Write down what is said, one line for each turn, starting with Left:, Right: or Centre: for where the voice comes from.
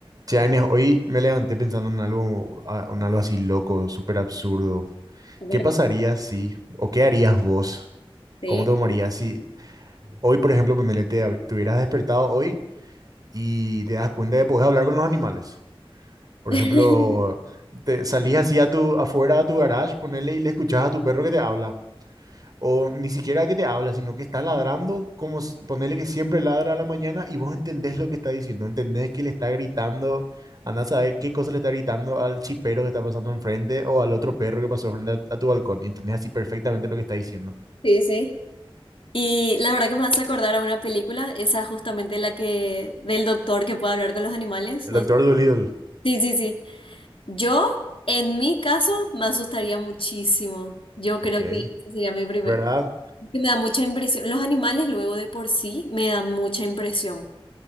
Right: Che, Agnes, hoy me levanté pensando en algo, a- en algo así loco, súper absurdo.
Left: Comer
Right: ¿Qué pasaría
Left: con
Right: si, o qué harías vos?
Left: té.
Right: ¿Cómo te tomarías si hoy, por ejemplo, ponele, te, hab- te hubieras despertado hoy y te das cuenta de que podés hablar con los animales? Por
Left: <laughs>
Right: ejemplo, te salís así a tu, afuera a tu garage, ponele y le escuchás a tu perro que te habla. O ni siquiera que te habla, sino que está ladrando, como s- ponerle que siempre ladra a la mañana y vos entendés lo que está diciendo, entendés que le está gritando, andá a saber qué cosa le está gritando al chipero que está pasando enfrente o al otro perro que pasó frente a, a tu balcón y entendés así perfectamente lo que está diciendo.
Left: Sí, sí. Y la verdad que me hace acordar a una película, esa justamente la que del doctor que puede hablar con los animales,
Right: El
Left: ¿no?
Right: doctor Dolittle.
Left: Sí, sí, sí. Yo, en mi caso, me asustaría muchísimo. Yo
Right: Ok,
Left: creo que ese sería mi primer...
Right: ¿Verdad?
Left: que me da mucha impresión. Los animales luego de por sí me dan mucha impresión.